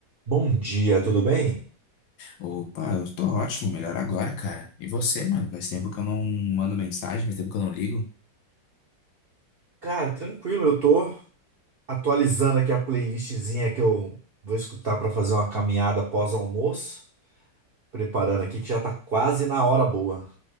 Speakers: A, on the right; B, on the left.
A: Bom dia, tudo bem?
B: Opa, eu tô ótimo, melhor agora, cara. E você, mano? Faz tempo que eu não mando mensagem, faz tempo que eu não ligo.
A: Cara, tranquilo, eu tô atualizando aqui a playlistzinha que eu vou escutar pra fazer uma caminhada pós-almoço, preparando aqui que já tá quase na hora boa,